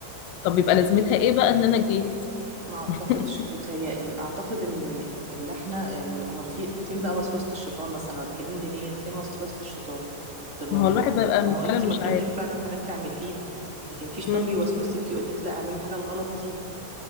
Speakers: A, on the left (about 75°); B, on the right (about 15°).
A: طب يبقى لازمتها ايه بقى ان
B: بصي
A: انا جه
B: ما اعتقدش
A: <laughs>
B: بتهيألي اعتقد ان ان احنا يعني امال في فين بقى وسوسه الشيطان مثلا لو هتكلمي دينيا فين وسوسه الشيطان في الموضوع
A: ما هو الواحد بقى
B: ما هو
A: فعلا
B: انت
A: مش
B: مكتوب
A: عارف
B: لك فعلا حاجات تعمليها لكن في شيطان
A: مم.
B: بيوسوسك يقول لك لا اعملي الحاجه الغلط دي